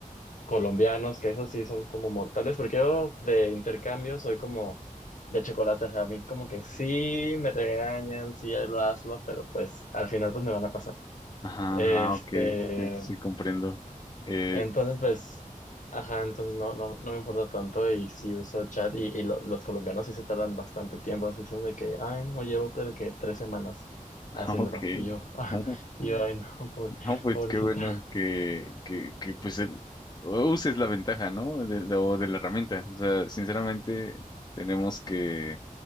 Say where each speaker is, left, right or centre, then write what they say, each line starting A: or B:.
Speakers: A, on the left; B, on the left.
A: colombianos, que esos sí son como mortales, porque yo de intercambio soy como de chocolate, o sea, a mí como que sí me regañan, sí lo hazlo, pero pues al final pues me van a pasar.
B: ajá,
A: Este,
B: ah, ok, sí, sí, comprendo. Eh,
A: entonces, pues, ajá, entonces no, no, no me importa tanto y sí uso chat y, y lo- los colombianos sí se tardan bastante tiempo, así son de que, ay, no, llevo creo que tres semanas
B: <laughs>
A: haciéndolo
B: ok.
A: y yo, <laughs> ah,
B: <laughs>
A: y yo, ay, no, pobre-
B: No, pues
A: pobrecita.
B: qué bueno
A: <laughs>
B: que, que, que pues el, uses la ventaja, ¿no? De, de- o de la herramienta. O sea, sinceramente tenemos que